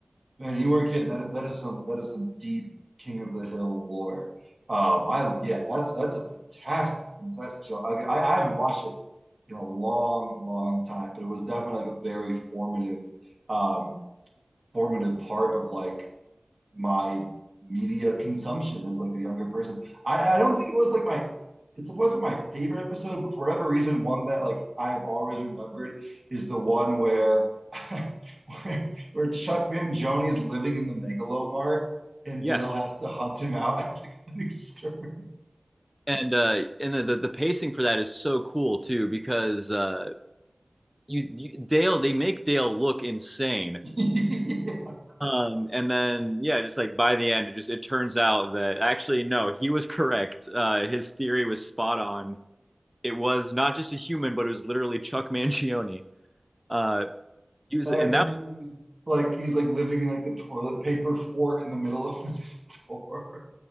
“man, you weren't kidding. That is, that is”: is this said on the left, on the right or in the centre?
Right